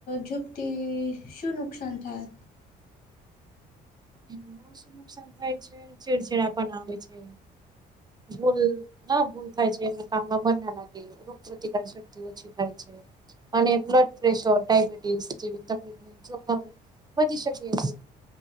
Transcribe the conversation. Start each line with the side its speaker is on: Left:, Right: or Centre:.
Left: ઝૂપથી શું નુકસાન થાય?
Right: એ બ શું નુકસાન થાય છે? ચીડિયાપણું પણ આવે છે. ભૂલ ના ભૂલ થાય છે, એમ કામમાં મન ના લાગે, રોગ પ્રતિકાર શક્તિ ઓછી થાય છે. અને બ્લડ પ્રેશર, ડાયબિટીસ, જેવી તકલીફ જોખમ વધી શકે છે.